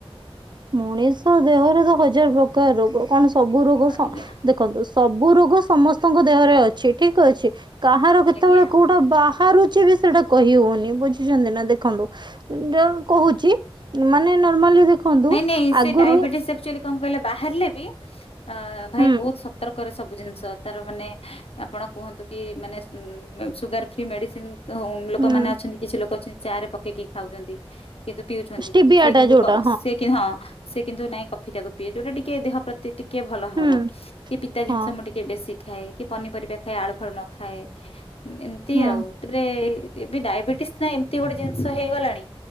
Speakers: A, on the right; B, on the left.
A: ମଣିଷ ଦେହରେ ତ ହଜାର ପ୍ରକାର ରୋଗ। କଣ ସବୁ ରୋଗ ସ
B: ଆଜ୍ଞା
A: ଦେ ଦେଖୁ ସବୁ ରୋଗ ସମସ୍ତଙ୍କ ଦେହରେ ଅଛି ଠିକ୍ ଅଛି। କାହାର କେତେବେଳେ
B: ଆଜ୍ଞା
A: କୋଉ ଟା ବାହାରୁଛି ବି ସେଇଟା କହି ହଉନି। ବୁଝୁଛନ୍ତି ନା ଦେଖନ୍ତୁ। ଯଉ କହୁଛି ମାନେ ନର୍ମାଲି ଦେଖନ୍ତୁ।
B: ନାଇଁ ନାଇଁ ସେ
A: ଆଗରୁ
B: ଡାଇବେଟିସ ଆକଚ୍ୟାଲି କଣ କହିଲେ ବାହାରିଲେ ବି ଅ ଭାଇ
A: ହୁଁ
B: ବହୁତ ସତର୍କରେ ସବୁ ଜିନିଷ ତାର ମାନେ ଆପଣ କୁହନ୍ତୁ କି ମାନେ ସୁଗାର ଫ୍ରି ମେଡିସିନ ଲୋକମାନେ
A: ହୁଁ
B: ଅଛନ୍ତି। କିଛି ଲୋକ ଅଛନ୍ତି। ଚା ରେ ପକେଇକି ଖାଉଛନ୍ତି। କିନ୍ତୁ ପିଉଛନ୍ତି।
A: ଷ୍ଟିବିଆ
B: ସେ
A: ଟା
B: କିନ୍ତୁ
A: ଯୋଉଟା
B: କ ସେ ହଁ ସେ କିନ୍ତୁ ନାଇଁ କଫି ଟାକୁ ପିଏ। ଯୋଉଟା ଟିକେ ଦେହ ପ୍ରତି ଟିକେ ଭଲ
A: ହୁଁ
B: ହବ। କି ପିତା
A: ହଁ
B: ଜିନିଷ ମୁଁ ଟି କିଏ ବେଶି ଖାଏ। କି ପନିପରିବା ଖାଏ ଆଳୁ ଫଳ ନ ଖାଏ। ଏମିତି
A: ହୁଁ
B: ଆଉ। ତାପରେ ଏବେ ଡାଇବେଟିସ ନା ଏମିତି ଗୋଟେ ଜିନିଷ ହେଇଗଲାଣି।